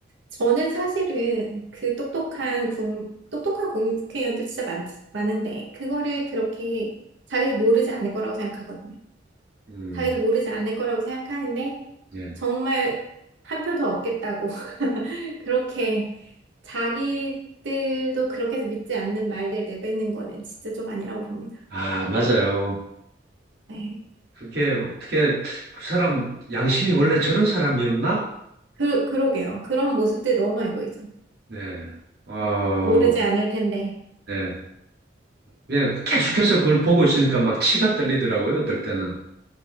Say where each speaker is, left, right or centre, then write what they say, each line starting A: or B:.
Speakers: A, on the right; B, on the right.
A: 저는 사실은 그 똑똑한 국, 똑똑한 국회의원들 진짜 많, 많은데, 그거를 그렇게 자기들 모르지 않을 거라고 생각하거든요.
B: 음.
A: 자기들 모르지 않을 거라고 생각하는데,
B: 예.
A: 정말 한 표 더 얻겠다고. <laughs> 그렇게 자기들도 그렇게 믿지 않는 말들 내뱉는 거는 진짜 좀 아니라고 봅니다.
B: 아, 맞아요.
A: 네.
B: 그게 어떻게 그 사람 양심이 원래 저런 사람이었나?
A: 그, 그러게요. 그런 모습들 너무 알고 있죠.
B: 네. 어,
A: 모르지 않을 텐데.
B: 네. 네, 계속해서 그걸 보고 있으니까 막 치가 떨리더라고요, 어떨 때는.